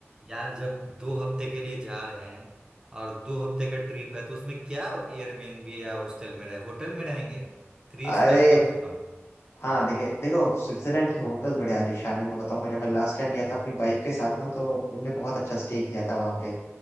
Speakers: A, on the right; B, on the left.
A: यार जब दो हफ्ते के लिए जा रहे हैं और दो हफ्ते का ट्रिप है तो उसमें क्या एयरबीएनबी या हॉस्टल में रहे होटल में रहेंगे थ्री
B: अरे
A: स्टार कम से कम
B: हाँ देखिए देखो स्विट्जरलैंड के होटल बड़े आलीशान है मैं बताऊंगा जब मैं लास्ट टाइम गया था अपनी बाइक के साथ ना तो हमने बहुत अच्छा स्टे किया था वहां पे